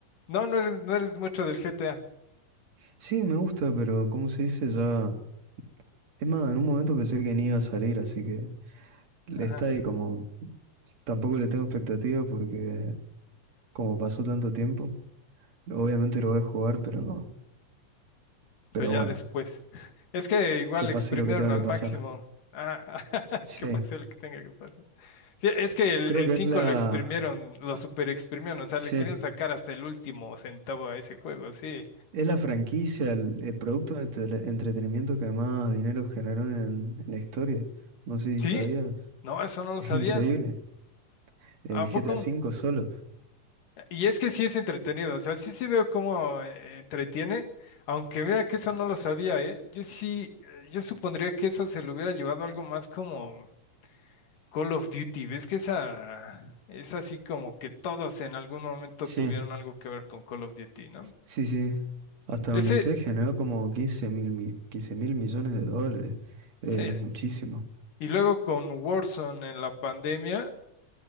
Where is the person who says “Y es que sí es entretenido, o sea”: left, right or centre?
Left